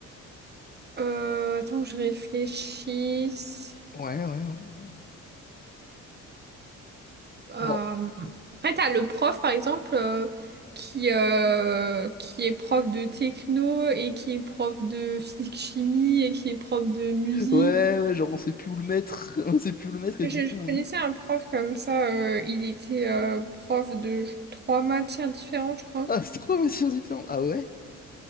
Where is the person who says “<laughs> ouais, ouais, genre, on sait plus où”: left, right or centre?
Left